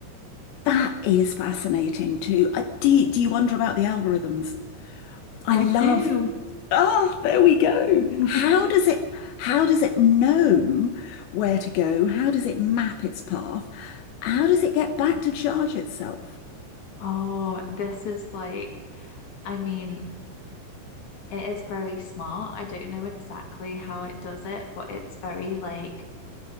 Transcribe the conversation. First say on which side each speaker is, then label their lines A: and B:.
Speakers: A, on the left; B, on the left.
A: That is fascinating too. I, do, do you wonder about the algorithms? I
B: I
A: love
B: do.
A: Ah, there we go.
B: <laughs>
A: How does it how does it know where to go? How does it map its path? How does it get back to charge itself?
B: Oh, this is like, I mean, it is very smart. I don't know exactly how it does it, but it's very like